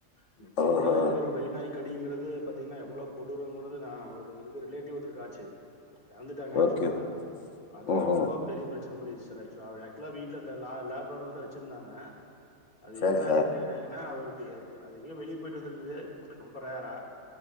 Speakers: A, on the left; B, on the left.
A: இந்த வெறிநாய்ங்கிற
B: ஓஹோ
A: வெறி நாய்க் கடிங்கிறது பாத்தீங்கன்னா எவ்வளோ கொடுருங்கிறது நா ஒரு எங்க ரிலேட்டிவ் ஒருத்தருக்கு ஆச்சு எறந்துட்டாங்க ஆக்சுவலா
B: ஓகே
A: அது
B: ம்ஹும்
A: ரொம்பப் பெரிய பிரச்சன பண்ணிச்சி சார் ஆக்சுவலா வீட்ல அந்த லேப்ரோடத வச்சிருந்தாங்க அது
B: சரி
A: என்ன ஆச்சுன்னு
B: சார்
A: கேட்டீங்கன்னா அவருக்கு அது எங்கயோ வெளியே போயிட்டு வந்திருக்குது ரொம்ப ரேரா